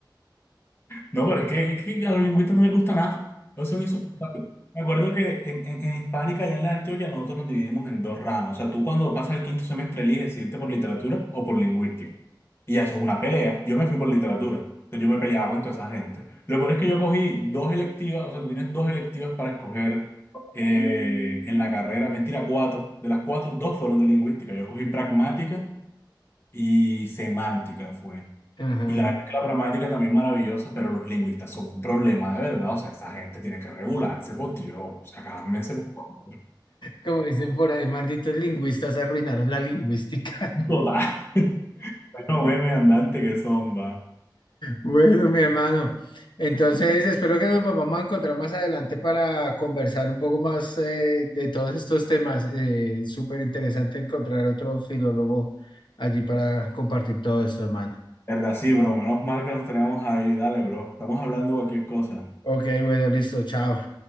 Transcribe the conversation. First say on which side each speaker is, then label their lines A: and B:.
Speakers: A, on the left; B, on the left.
A: No, pero es que, es que a los lingüistas no les gusta nada. No son insoportables. Me acuerdo que en, en, en Hispánica, allá en la Antioquia, nosotros nos dividimos en dos ramas. O sea, tú cuando pasas el quinto semestre eliges si irte por literatura o por lingüística. Y eso es una pelea. Yo me fui por literatura. Entonces yo me peleaba con toda esa gente. Lo peor es que yo cogí dos electivas, o sea, tú tienes dos electivas para escoger eh, en la carrera. Mentira, cuatro. De las cuatro, dos fueron de lingüística. Yo cogí pragmática y semántica fue.
B: <laughs> Ajá.
A: Y la verdad es que la gramática también es maravillosa, pero los lingüistas son un problema de verdad. O sea, esa gente tiene que regularse, por Dios. O sea, cálmense, por favor.
B: Como dicen por ahí, malditos lingüistas arruinaron la lingüística.
A: Total. <laughs> Bueno, meme andante que son, va.
B: Bueno, mi hermano, entonces espero que nos volvamos a encontrar más adelante para conversar un poco más eh, de todos estos temas. Eh, súper interesante encontrar otro filólogo allí para compartir todo esto, hermano.
A: Verdad, sí, bro. Menos mal que nos tenemos ahí. Dale, bro. Estamos hablando de cualquier cosa.
B: Ok, bueno, listo, chao.